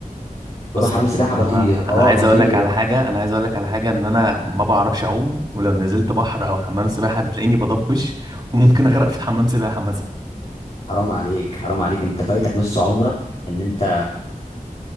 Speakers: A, on the left; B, on the right.
A: بروح
B: اصلا
A: اعمل سباحه
B: انا
A: بطير اه
B: انا عايز
A: بطير
B: اقول لك على حاجه انا عايز اقول لك على حاجه ان انا ما بعرفش اعوم ولو نزلت بحر او حمام سباحه بتلاقيني بضبش وممكن اغرق في حمام سباحه مثلا
A: حرام عليك حرام عليك انت فايتك نص عمرك ان انت